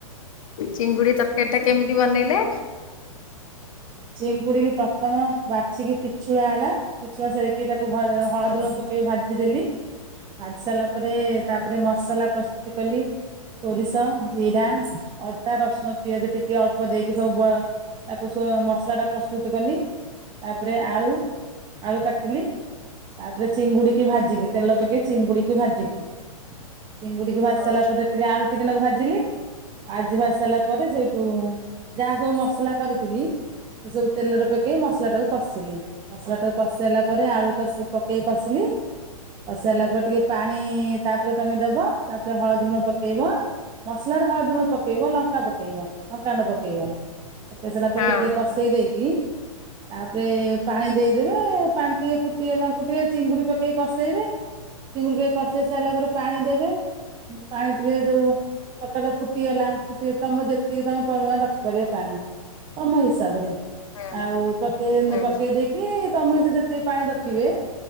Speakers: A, on the left; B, on the right.
A: ଚିଙ୍ଗୁଡି ତରକାରୀ ଟା କେମିତି ବନେଇଲେ?
B: ଚିଙ୍କୁଡିକୁ ପ୍ରଥମ ବାଛିକି ପିଛୁଳା ହେଲା, ପିଛୁଳା ସରିକି ତାକୁ ହଳଦୀ,
A: ହୁଁ
B: ଲୁଣ ଦେଇ ଭାଜିଦେଲି, ଭାଜି ସାରିଲା ପରେ ତାପରେ ମସଲା ପ୍ରସ୍ତୁତି କଲି। ସୋରିଷ, ଜିରା, ଅଦା, ରସୁଣ, ପିଆଜ ଟିକେ ଅଳ୍ପ ଦେଇକି ସବୁ ତାକୁ ସ ମସଲାଟା ପ୍ରସ୍ତୁତ କଲି ତାପରେ ଆଳୁ, ଆଳୁ କାଟିଲି। ତାପରେ ଚିଙ୍ଗୁଡ଼ି କି ଭାଜିଲି ତେଲ ପକେଇ ଚିଙ୍ଗୁଡ଼ିକୁ ଭାଜିଲି। ଚିଙ୍ଗୁଡ଼ିକୁ ଭାଜି
A: ହଁ
B: ସାରିଲା ପରେ ଟିକେ ଆଳୁ, ଟିକେ ଟାକୁ ଭାଜିଲି। ଆଜି ଭାଜି ସାରିଲା ପରେ ସେଇଠୁ ଯାହା ସବୁ ମସଲା କରିଥିଲି। ଏ ସବୁ ତେଲରେ ପକେଇ ମସଲା ଟାକୁ। କଷିିଲି, ମସଲାଟା କଷିି ସରିଲା ପରେ ଆଳୁ ପକେଇ କଷିଲି। କଷି ସାରିଲା ପରେ ଟିକେ ପାଣି ତାପରେ ତମେ ଦେବ ତାପରେ ହଳଦୀ ଗୁଣ ପକେଇବ। ମସଲାରେ ହଳଦୀ ଗୁଣ୍ଡ ପକେଇବ, ଲଙ୍କା ପକେଇବ, ଲଙ୍କାଣ୍ଡ ପକେଇବ। ପକେଇ ସାରିଲା ପରେ
A: ହଁ।
B: ଟିକେ କଷେଇ ଦେଇକି ତାପରେ ପାଣି ଦେଇଦେବେ ପାଣି ଟିକେ ଫୁଟିଗଲାଙ୍କୁ ଟିକେ ଚିଙ୍ଗୁଡି ପକେଇ କସେଇବେ। ଚିଙ୍ଗୁଡ଼ି କେ କଷେଇ ସାରିଲା ପରେ ପାଣି ଦେବେ ପାଣି ଟିକେ ଯୋଉ। ସକାଟେ ଫୁଟିଗଲା ଫୁଟି ତମର ଯେତିକି ତମେ ପରିମାଣ ରଖିପାରିବ ପାଣି, ତମ ହିସା ହିସାବରେ
A: ହୁଁ
B: ଆଉ ପକେଇ
A: ହୁଁ
B: ପକେଇ ଦେଇକି ତମେ ସେ ଯେତିକି ପାଣି ରଖିବେ।